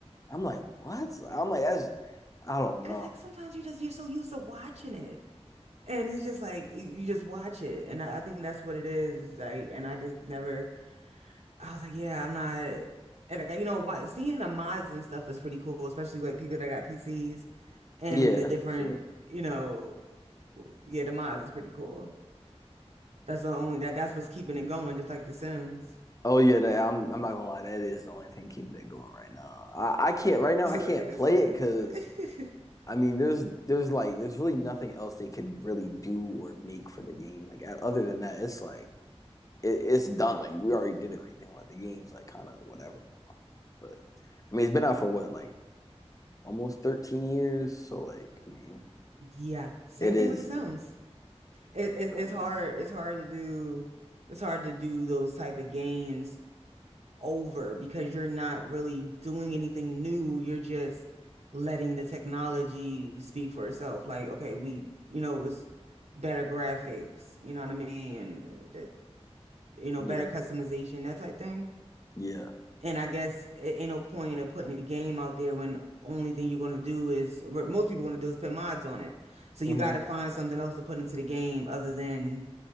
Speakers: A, on the left (about 30°); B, on the right (about 80°).
A: I'm like, what? I'm like, that's I don't
B: Cause
A: know.
B: like sometimes you just you're so used to watching it. And it's just like y- you just watch it. And I, I think that's what it is. Like and I just never I was like, yeah, I'm not and like you know what seeing the mods and stuff is pretty cool, especially with people that got PCs and
A: Yeah,
B: the different,
A: for sure.
B: you know, yeah, the mods is pretty cool. That's the only that that's what's keeping it going, just like The Sims.
A: Oh yeah, that, I'm I'm not gonna lie. That is the only thing keeping it going right now. I, I can't right now.
B: So
A: I can't
B: yeah, let's
A: play
B: keep it
A: it because
B: going. <laughs>
A: I mean, there's there's like there's really nothing else they could really do or make for the game. Like other than that, it's like it, it's done. Like we already did everything. Like the game's like kind of whatever now. But I mean, it's been out for what like almost 13 years. So like I mean,
B: Yeah, same
A: it is.
B: thing with the Sims. It, it,
A: Oh,
B: it's
A: yeah,
B: hard. It's hard to do. It's hard to do those type of games over because you're not really doing anything new. You're just letting the technology speak for itself. Like, okay, we, you know, it's better graphics. You know what I mean? And that, you know,
A: yeah,
B: better customization, that type thing.
A: yeah.
B: And I guess it ain't no point of putting a game out there when only thing you're gonna do is what most people gonna do is put mods on it. So
A: hmm
B: you gotta find something else to put into the game other than